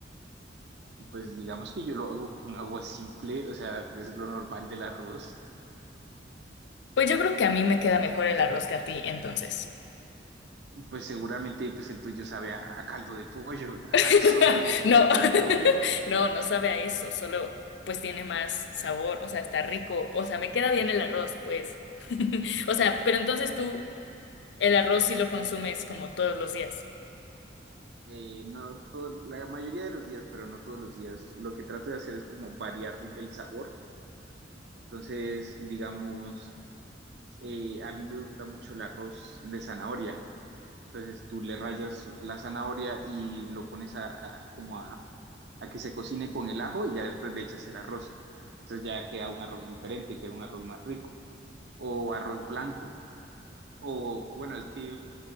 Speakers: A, on the right; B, on the left.
A: Pues digamos que yo lo hago con agua simple, o sea, es lo normal del arroz.
B: Pues yo creo que a mí me queda mejor el arroz que a ti, entonces.
A: Pues seguramente pues el tuyo sabe a, a caldo de pollo, <laughs> a
B: <laughs>
A: sobre de, de
B: No,
A: de pollo.
B: <laughs> no, no sabe a eso, solo pues tiene más sabor, o sea, está rico, o sea, me queda bien el arroz, pues. <laughs> O sea, pero entonces tú el arroz sí lo consumes como todos los días.
A: eh, no todo, la mayoría de los días, pero no todos los días, lo que trato de hacer es como variar el sabor. Entonces, digamos, eh, a mí me gusta mucho el arroz de zanahoria. Entonces tú le rayas la zanahoria y lo pones a, a- como a, a que se cocine con el ajo y ya después le echas el arroz. Entonces ya queda un arroz diferente, queda un arroz más rico. O arroz blanco. O bueno, es que